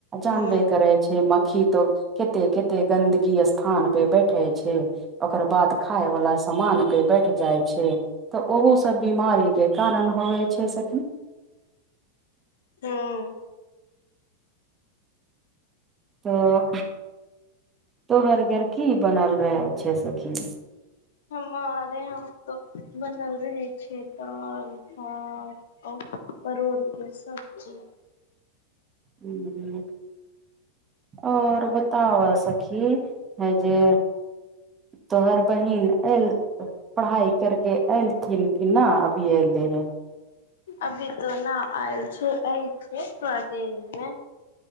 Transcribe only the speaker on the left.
हूं
हँ
हमार यहा तो बनल रहे छै दाल भात आ परोड़के सब्जी
अभी तो नहि आयल छै ऐ छै थोड़ा देर मे